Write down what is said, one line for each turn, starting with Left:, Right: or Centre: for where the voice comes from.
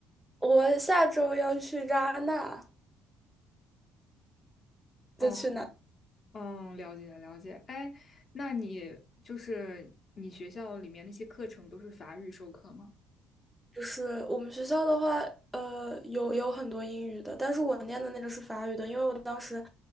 Centre: 我下周要去扎那，就去哪？
Left: 哦，嗯，了解了解。哎，那你就是你学校里面那些课程都是法语授课吗？
Centre: 就是我们学校的话，呃，有有很多英语的，但是我念的那个是法语的，因为我当时，